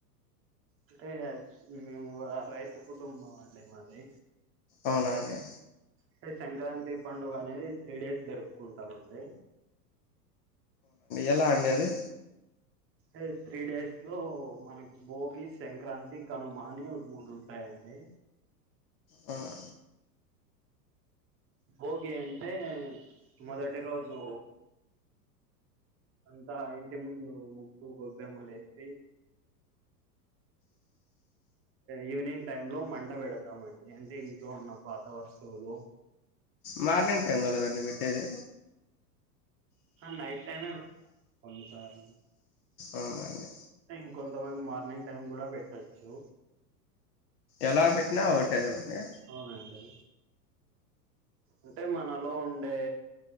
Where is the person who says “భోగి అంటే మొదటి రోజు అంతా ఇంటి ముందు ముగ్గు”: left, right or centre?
Right